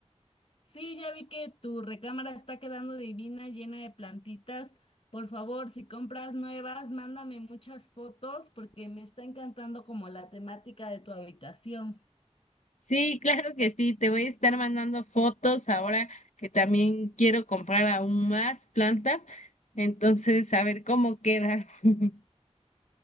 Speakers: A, on the left; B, on the left.
A: Sí, ya vi que tu recámara está quedando divina, llena de plantitas. Por favor, si compras nuevas, mándame muchas fotos porque me está encantando como la temática de tu habitación.
B: Sí, <laughs> claro que sí. Te voy a estar mandando fotos ahora que también quiero comprar aún más plantas. Entonces, a ver cómo queda. <laughs>